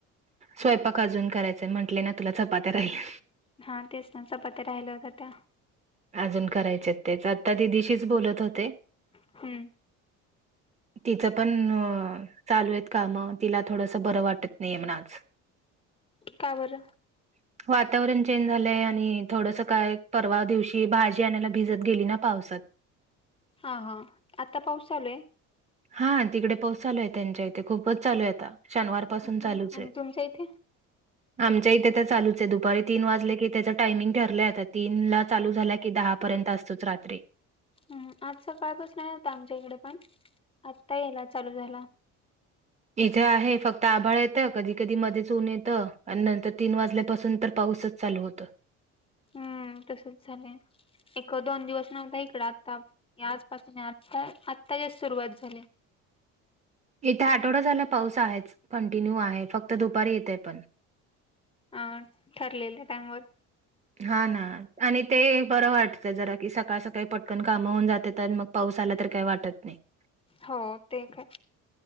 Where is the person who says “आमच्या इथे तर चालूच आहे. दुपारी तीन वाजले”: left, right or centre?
Right